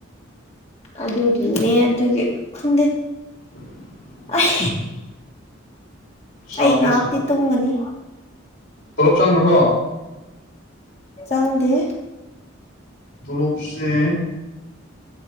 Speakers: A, on the left; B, on the left.
A: ꯑꯗꯨꯒꯤꯅꯦ ꯑꯗꯨꯒꯤ ꯈꯪꯗꯦ
B: ꯎꯝ
A: ꯑꯩ
B: ꯁꯥꯎꯗ‌ꯦ
A: ꯑꯩ ꯉꯥꯏꯍꯥꯛꯇꯤ ꯇꯨꯝꯒꯅꯤ
B: ꯇ‌ꯧꯂ‌ꯣꯞ ꯆꯪꯈ꯭ꯔꯕꯣ
A: ꯆꯪꯗꯦ
B: ꯇꯣꯂ‌ꯣꯞꯁ‌ꯦ